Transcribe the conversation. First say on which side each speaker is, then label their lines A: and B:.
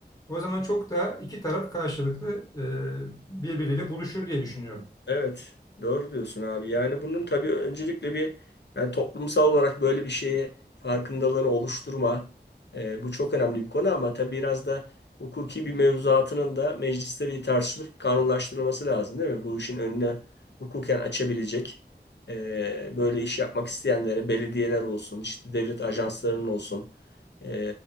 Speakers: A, on the left (about 20°); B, on the left (about 75°).
A: O zaman çok daha iki taraf karşılıklı e, birbiriyle buluşur diye düşünüyorum.
B: Evet, doğru diyorsun abi. Yani bunun tabii öncelikle bir yani toplumsal olarak böyle bir şeye farkındalığını oluşturma e, bu çok önemli bir konu ama tabii biraz da hukuki bir mevzuatının da mecliste bir tartışılıp kanunlaştırılması lazım değil mi? Bu işin önüne hukuken açabilecek e, böyle iş yapmak isteyenlere belediyeler olsun, işte devlet ajanslarının olsun e,